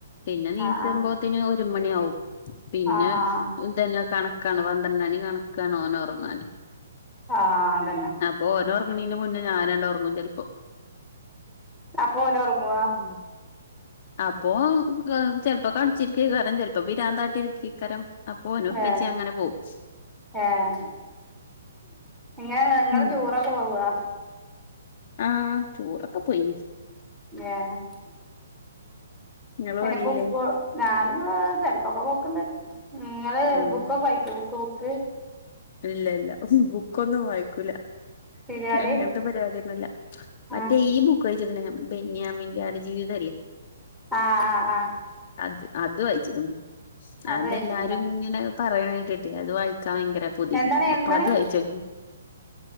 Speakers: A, on the left; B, in the centre.
A: പിന്നെ ണീച്ചുമ്പോത്തിന്
B: ആഹ് ആഹ്
A: ഒരു മണി ആവും പിന്നെ
B: ആഹ്
A: ഇതന്നെ കണക്കാണ് പന്ത്രണ്ടണി കണക്കാണ് ഓനൊറങ്ങാന്.
B: ആഹ് അതന്നെ
A: അപ്പൊ ഓനൊറങ്ങ്ണീൻ്റെ മുന്നെ ഞാനാണ്ട് ഒറങ്ങും ചെൽ
B: അപ്പോ ഓനൊറങ്ങുവോ?
A: ഉം അപ്പൊ ചെൽപ്പോ കളിച്ചിരിക്കേകാരം ചെൽപ്പോ പിരാന്താട്ടിരിക്കേകാരം അപ്പോ ഓനു ഇപ്പച്ചി
B: ഏഹ്
A: അങ്ങനെ പോവും.
B: ഏഹ് എങ്ങനെ നിങ്ങള്
A: ഉം
B: ടൂറൊക്കെ പോവോ?
A: ആഹ്. ടൂറൊക്കെ പോയി.
B: ഏഹ്.
A: ഇങ്ങള്
B: അയ്ന്
A: പോവലില്ലേ
B: ബുക്ക് ഞാനും ചെൽപ്പോക്കെ പോക്ക് ണ്ട്. ഇങ്ങള്
A: ഉം
B: ബുക്കൊക്കെ വായിക്കോ? ബുക്ക് ബുക്ക്
A: ഇല്ല ല്ല. ബുക്കൊന്നും വായിക്കൂല.
B: സീരിയല്
A: ഞാൻ അങ്ങനത്തെ പരിപാടിയൊന്നുംല്ല. മറ്റേ
B: ആഹ്
A: ഈ ബുക്ക് വായിച്ച്ക്ണ് ഞാൻ ബെന്യാമിൻ്റെ ആട് ജീവിതംല്ലെ.
B: ആഹ് ആഹ് ആഹ്
A: അത് അത് വായിച്ച്ക്ണ്.
B: അത്
A: അതെല്ലാരും
B: വായിച്ചിട്ടുണ്ടോ
A: ഇങ്ങനെ പറയണെ കേട്ടിട്ടേ അത് വായിക്കാൻ ഭയങ്കര പൂതി.
B: എന്താണ് എന്താണ്
A: അപ്പൊ അത് വായിച്ചോ
B: <unintelligible>